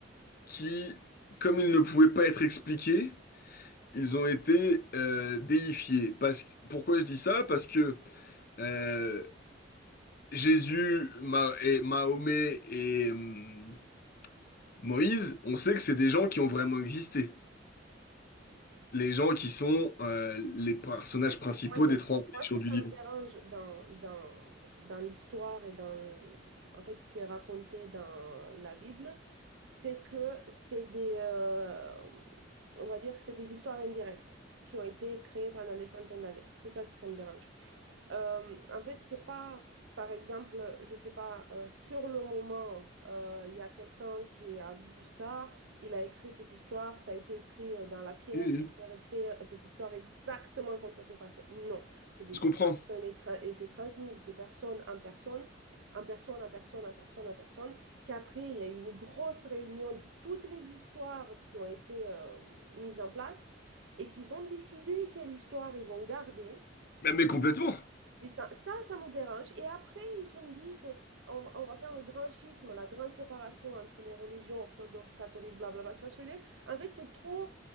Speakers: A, on the left; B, on the right.
A: qui, comme ils ne pouvaient pas être expliqués, ils ont été euh, déifiés. Parce que- pourquoi je dis ça? Parce que euh, Jésus, Ma- et Mahomet et... hum, Moïse, on sait que c'est des gens qui ont vraiment existé. Les gens qui sont euh, les personnages principaux
B: Comment dire?
A: des trois religions
B: Moi, ce que
A: du
B: ça
A: livre.
B: me dérange dans, dans, dans l'histoire et dans, en fait, ce qui est raconté dans la Bible, c'est que c'est des, euh, on va dire, que c'est des histoires indirectes qui ont été créées pendant des centaines d'années. C'est ça ce que ça me dérange. Euh, en fait, c'est pas, par exemple, je sais pas, euh, sur le moment, euh, il y a quelqu'un qui a vu ça, il a écrit cette histoire, ça a été écrit euh, dans la pierre
A: Mhm.
B: et c'est resté euh, cette histoire exactement comme ça s'est passé. Non, c'est des
A: Je comprends.
B: histoires qui ont été tra- été transmises de personne en personne. En personne, en personne, en personne, en personne, qu'après, il y a eu une grosse réunion de toutes les histoires qui ont été euh, mises en place et qu'ils ont décidé quelle histoire ils vont garder
A: Mais, mais complètement.
B: c'est ça, ça, ça me dérange. Et après, ils ont dit que on, on va faire le grand schisme, la grande séparation entre les religions orthodoxes, catholiques, blablabla. Tu vois ce que je veux dire? En fait, c'est trop.